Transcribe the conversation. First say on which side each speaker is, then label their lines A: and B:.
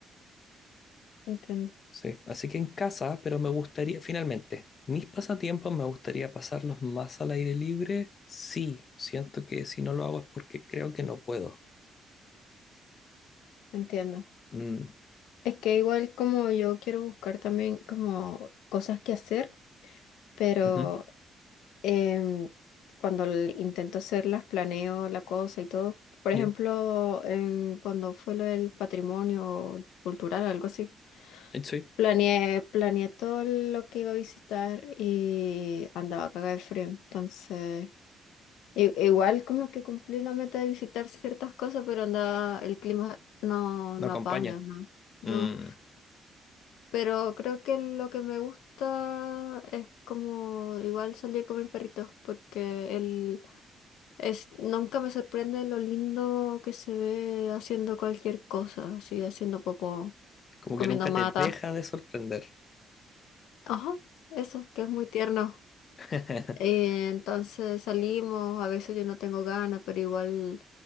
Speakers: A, on the left (about 85°); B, on the left (about 45°).
A: Entiendo,
B: Sí. Así que en casa, pero me gustaría, finalmente, mis pasatiempos me gustaría pasarlos más al aire libre. Sí, siento que si no lo hago es porque creo que no puedo.
A: entiendo.
B: Mm,
A: Es que igual como yo quiero buscar también como cosas que hacer, pero
B: ujú.
A: em, cuando l- intento hacerlas, planeo la cosa y todo. Por
B: Yo,
A: ejemplo, en- cuando fue lo del patrimonio cultural, algo así,
B: eh, sí,
A: planeé, planeé todo lo que iba a visitar y andaba cagada de frío. Entonces... I- Igual como que cumplí la meta de visitar ciertas cosas, pero anda, el clima no,
B: me
A: no
B: acompaña.
A: apaña, no, no.
B: Mm,
A: Pero creo que lo que me gusta es como igual salir con mis perritos, porque él es, nunca me sorprende lo lindo que se ve haciendo cualquier cosa, así haciendo popó,
B: como
A: comiendo
B: que nunca
A: mata.
B: te deja de sorprender
A: Ajá, eso, que es muy tierno.
B: <laughs>
A: Eh, entonces salimos, a veces yo no tengo ganas, pero igual